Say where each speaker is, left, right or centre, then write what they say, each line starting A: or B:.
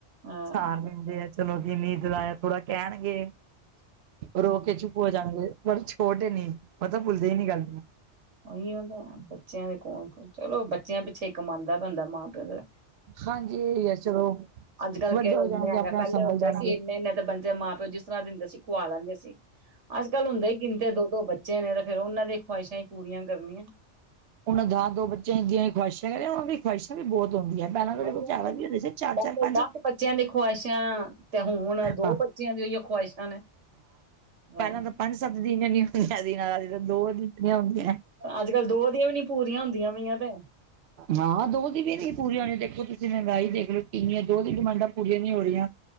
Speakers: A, on the right; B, on the right.
A: ਹਾਂ
B: ਸਾਰ ਲੈਂਦੇ ਐ। ਤੇ ਲੋਬੀ ਨੀ ਕਰਾਇਆ ਥੋੜਾ ਕਹਿਣ ਗੇ। ਰੋ
A: ਹਮ
B: ਕੇ ਚੁੱ ਚੁੱਪ ਹੋ ਜਾਣ ਗੇ, ਪਰ ਛੋਟੇ ਨੀ ਓਤੇ ਭੁੱਲਦੇ ਨੀ ਗੱਲ ਨੂੰ।
A: ਉਹੀ ਓਤਾ ਬੱਚਿਆਂ ਦੇ ਕੋਣ, ਚਲੋ ਬੱਚਿਆਂ ਪਿੱਛੇ ਈ ਕਮਾਨ ਦਾ ਪੈਂਦਾ ਮਾਂ-ਪਿਓ ਦਾ
B: ਹਾਂਜੀ, ਓਹੀ ਐ ਚਲੋ।
A: ਅੱਜ-ਕੱਲ੍ਹ
B: ਵੱਡੇ
A: ਕਿਹੜੇ
B: ਹੋ
A: ਏਨੇ
B: ਜਾਣਗੇ
A: ਹੈਗੇ
B: ਆਪਣੇ
A: ਐ, ਪੈਲੇ
B: ਆਪ ਸੰਭਲ
A: ਹੁੰਦੇ
B: ਜਾਣਗੇ
A: ਸੀ ਏਨੇ-ਏਨੇ ਤਾਂ ਬੰਜੇ ਮਾਂ-ਪਿਓ ਜਿਸ ਤਰਾ ਦਿੰਦੇ ਸੀ ਖੋਆ ਲੈਂਦੇ ਸੀ। ਅੱਜ-ਕੱਲ ਹੁੰਦੇ ਈ ਗਿਣਦੇ ਦੋ-ਦੋ ਬੱਚੇ ਨੇ ਤੇ ਫੇਰ ਉਹਨਾਂ ਦੀ ਖਵਾਇਸ਼ਾਂ ਈ ਪੂਰੀਆਂ ਕਰਨੀਆਂ।
B: ਉਣਾ ਦਾਤ ਦੋ ਬੱਚਿਆਂ ਦੀਆਂ ਖੁਵਾਸ਼ਾ ਵੀ ਉਹਨਾਂ ਦੀ ਖਵਾਹਿਸ਼ਾਂ ਵੀ ਬੋਤ ਹੁੰਦੀਆ ਹਨ। ਪਹਿਲਾ ਤੇ
A: ਉਹੀ
B: ਸਗੋਂ ਜਿਆਦਾ
A: ਆ
B: ਵੀ ਹੋਣ ਦੇ ਸੀ ਚਾਰ-ਚਾਰ
A: ਪਹਿਲੇ
B: ਪੰਜ
A: ਦਸ ਬੱਚਿਆਂ ਦੀ ਖ਼ਵਾਇਸ਼ਾਂ ਤੇ ਹੁਣ ਉਨਾ ਦੋ
B: ਹਾਂ
A: ਬੱਚਿਆਂ ਦੀ ੳਈ ਉ ਖ਼ਵਾਇਸ਼ਾਂ ਨੇ। ਹਾਂ
B: ਪਹਿਲਾ ਤਾਂ ਪੰਜ-ਸੱਤ ਦੀਆ ਇੰਨੀਆ ਨੀ ਤਿਆਰੀਆਂ ਨਾ, ਜਿਨਾਂ ਦੋ ਦੀਆ ਹੁੰਦੀਆਂ ਐ।
A: ਅੱਜ-ਕੱਲ੍ਹ ਦੋ ਦੀਆਂ ਵੀ ਨੀ ਪੂਰੀਆਂ ਹੁੰਦੀਆਂ ਪਈਆਂ ਤੇ।
B: ਹਾਂ, ਦੋ ਦੀ ਵੀ ਨੀ ਪੂਰੀਆ ਹੋਣੀਆ। ਦੇਖਿੳ ਤੁਸੀਂ ਮਹੰਗਾਈ ਦੇਖ ਲਓ, ਕਿੰਨੀਆਂ ਦੋਹ ਦੀ ਡਿਮਾਂਡਾਂ। ਪੂਰੀਆਂ ਨੀ ਹੋ ਰੀਆਂ,